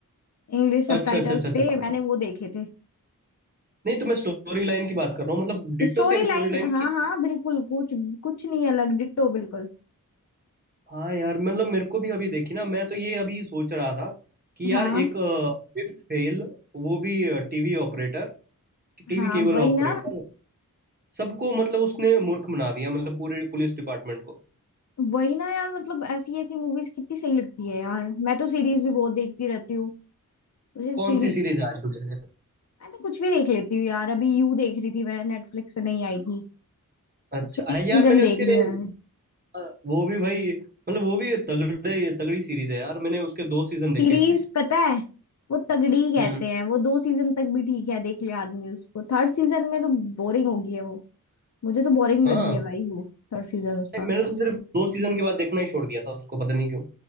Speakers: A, on the left; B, on the right.
A: इंग्लिश सबटाइटल्स
B: अच्छा अच्छा अच्छा अच्छा
A: थे
B: अच्छा।
A: मैंने वो देखे थे
B: नहीं तो मैं स्टोरी लाइन की बात कर रहा हूँ मतलब डिट्टो
A: स्टोरी
B: सेम
A: लाइन
B: स्टोरी लाइन
A: हाँ
B: की
A: हाँ बिल्कुल कुछ कुछ नहीं अलग डिट्टो बिल्कुल
B: हाँ यार मतलब मेरे को भी अभी देखी ना मैं तो ये अभी सोच रहा था कि यार
A: हाँ
B: एक फिफ्थ फेल वो भी TV operator TV
A: हाँ
B: cable
A: वही
B: operator
A: ना
B: सबको मतलब उसने मूर्ख बना दिया मतलब पूरे पुलिस डिपार्टमेंट को
A: वही ना यार मतलब ऐसी ऐसी मूवीज कितनी सही लगती है यार मैं तो सीरीज भी बहुत देखती रहती हूँ मुझे
B: कौन
A: सीरीज
B: सी सीरीज आ चुकी है
A: मैं तो कुछ भी देख लेती हूँ यार अभी यू देख रही थी मैं नेटफ्लिक्स पे नहीं आई थी
B: अच्छा
A: उसके तीन
B: है यार
A: सीजन
B: मैंने
A: देख
B: उसके
A: लिए मैंने
B: अ, वो भी भाई मतलब वो भी तगड़े तगड़ी सीरीज है यार मैंने उसके दो सीजन
A: सीरीज
B: देखे थे
A: पता है वो तगड़ी ही कहते
B: हम्म
A: हैं वो दो सीजन तक भी ठीक है देख ले आदमी उसको थर्ड सीजन में तो बोरिंग हो गई है वो मुझे तो बोरिंग
B: हाँ
A: लगी है भाई वो थर्ड सीजन उसका
B: नहीं, मैंने तो सिर्फ दो सीजन के बाद देखना ही छोड़ दिया था उसको पता नहीं क्यों